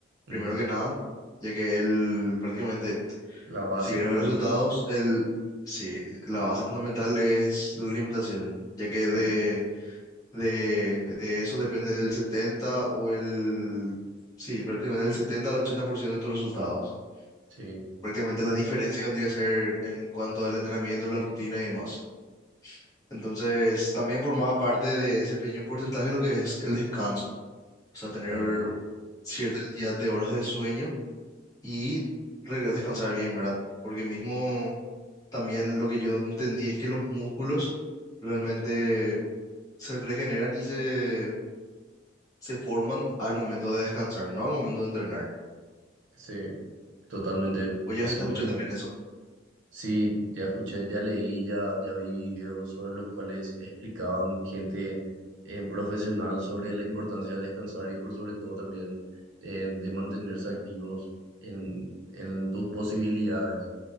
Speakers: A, on the right; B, on the left.
A: ujú.
B: primero que nada, ya que el, prácticamente,
A: La base
B: si querés
A: fundamental.
B: ver resultados, el, sí, la base fundamental es la alimentación, ya que
A: Sí,
B: de De, de eso depende del 70 o el... Sí, prácticamente del 70 al 80% de tus resultados.
A: sí,
B: Prácticamente la diferencia vendría a ser en cuanto al entrenamiento, la rutina y demás. Entonces, también formaba parte de ese pequeño porcentaje lo que es el descanso. O sea, tener
A: claro.
B: cierta cantidad de horas de sueño y re- descansar bien, ¿verdad? Porque mismo también lo que yo entendí es que los músculos realmente se regeneran y se se forman al momento de descansar, no al momento de entrenar.
A: Sí, totalmente.
B: Vos llegaste
A: Así mismo.
B: a escuchar también eso.
A: Sí, ya escuché, ya leí, ya, ya vi videos sobre los cuales explicaban gente en profesional sobre la importancia de descansar y por sobre todo también en- de mantenerse activos en, en tus posibilidades.